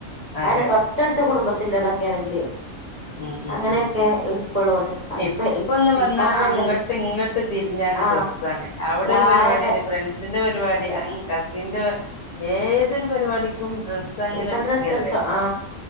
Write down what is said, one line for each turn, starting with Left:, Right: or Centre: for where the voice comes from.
Left: അതെ
Right: അനെ തൊട്ടട്ത്ത് കുടുംബത്തില്ലതാ. ക്ക ആണെങ്കില്
Left: ഉം ഉം
Right: അങ്ങനെയൊക്കെ
Left: ഉം
Right: എടുക്കുള്ളൂന്
Left: ഇപ്പന്ന്
Right: ഇപ്പ
Left: പറണ
Right: ഇപ്പ അങ്ങനെല്ലല്ലോ
Left: അങ്ങട്ട് ഇങ്ങട്ട് തിരിഞ്ഞാൽ
Right: ആ
Left: ഡ്രസ്സാണ് അവ്ടെ ഒരു
Right: ആരെ
Left: പരിപാടി ണ്ട് ഫ്രണ്ട്സിന്റെ പരിപാടി
Right: അതെ
Left: അങ് കസിന്റെ ഏതൊരു പരിപാടിക്കും ഡ്രസ്സ് അങ്ങനെ
Right: ഇപ്പൊ
Left: ട്ക്കല്ലേ
Right: ഡ്രസ്സ് എടുത്തോ ആ